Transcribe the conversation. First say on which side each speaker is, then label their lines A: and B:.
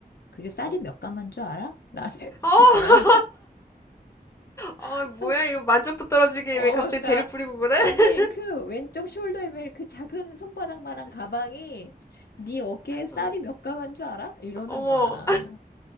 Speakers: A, on the left; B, on the left.
A: 그게 쌀이
B: 어.
A: 몇 가만 줄 알아? <laughs> 나한테 그러는
B: 어,
A: 거야.
B: 아,
A: <laughs>
B: 뭐야, 이거 만족도 떨어지게
A: 어,
B: 왜 갑자기
A: 그러니까
B: 재를 뿌리고 그래?
A: 아니
B: <laughs>
A: 그 왼쪽 숄더에 매일 그 작은 손바닥만한 가방이 네 어깨에 쌀이
B: 어,
A: 몇 가만 줄 알아? 이러는
B: 어머,
A: 거야.